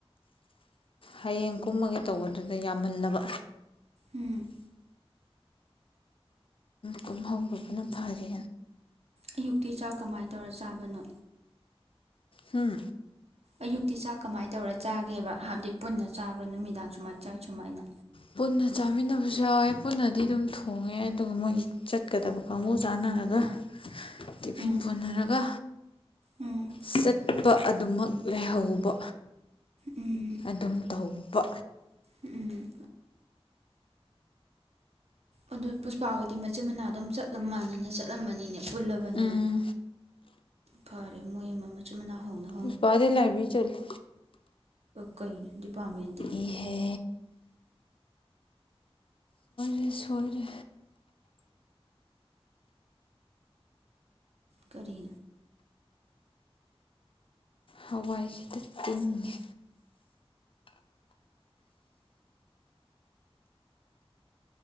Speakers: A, on the left (about 60°); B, on the right (about 85°).
A: ꯍꯌꯦꯡ ꯀꯨꯝꯃꯒꯦ ꯇꯧꯕ ꯑꯗꯨꯗ ꯌꯥꯝꯃꯜꯂꯕ
B: ꯎꯝ
A: ꯀꯨꯝꯍꯧꯕꯅ ꯐꯔꯦ
B: ꯑꯌꯨꯛꯇꯤ ꯆꯥꯛ ꯀꯃꯥꯏꯅ ꯇꯧꯔ ꯆꯥꯕꯅꯣ
A: ꯍꯝ
B: ꯑꯌꯨꯛꯇꯤ ꯆꯥꯛ ꯀꯃꯥꯏꯅ ꯇꯧꯔ ꯆꯥꯒꯦꯕ ꯍꯥꯏꯕꯗꯤ ꯄꯨꯟꯅ ꯆꯥꯕ꯭ꯔꯥ ꯅꯨꯃꯤꯗꯥꯡ ꯁꯨꯃꯥꯏꯅ ꯆꯥꯏ ꯁꯨꯃꯥꯏꯅ
A: ꯄꯨꯟꯅ ꯆꯥꯃꯤꯟꯅꯕꯁꯨ ꯌꯥꯎꯋꯦ ꯄꯨꯟꯅꯗꯤ ꯑꯗꯨꯝ ꯊꯣꯡꯉꯦ ꯑꯗꯨꯒ ꯃꯣꯏ ꯆꯠꯀꯗꯕ ꯀꯥꯡꯕꯨ ꯆꯥꯅꯔꯒ ꯇꯤꯐꯤꯟ
B: ꯎꯝ
A: ꯄꯨꯅꯔꯒ
B: ꯎꯝ
A: ꯆꯠ ꯄ ꯑꯗꯨꯝꯃꯛ ꯂꯩꯍꯧꯕ
B: ꯎꯝ
A: ꯑꯗꯨꯝ ꯇꯧ ꯕ
B: ꯎꯝ ꯑꯗꯨ ꯄꯨꯁꯄꯥ ꯍꯣꯏꯗꯤ ꯃꯆꯤꯟ ꯃꯅꯥꯎ ꯑꯗꯨꯝ ꯆꯠꯂꯝ ꯃꯥꯟꯅꯅ ꯆꯠꯂꯝꯃꯅꯤꯅꯦ ꯄꯨꯜꯂꯕꯅꯤꯅ
A: ꯎꯝ
B: ꯐꯔꯦ ꯃꯣꯏ ꯑꯃ ꯃꯆꯤꯟ ꯃꯅꯥꯎ ꯍꯧꯅ
A: ꯄꯨꯁꯄꯥꯗꯤ ꯂꯥꯏꯕ꯭ꯔꯦꯔꯤ ꯆꯠꯂꯦ
B: ꯀꯩꯩꯅꯣ ꯗꯤꯄꯥꯔꯠꯃꯦꯟꯗꯤ
A: ꯏꯍꯦ ꯑꯩ ꯁꯣꯏꯔꯦ
B: ꯀꯔꯤ
A: ꯍꯋꯥꯏ ꯈꯤꯇ ꯇꯤꯡꯒꯦ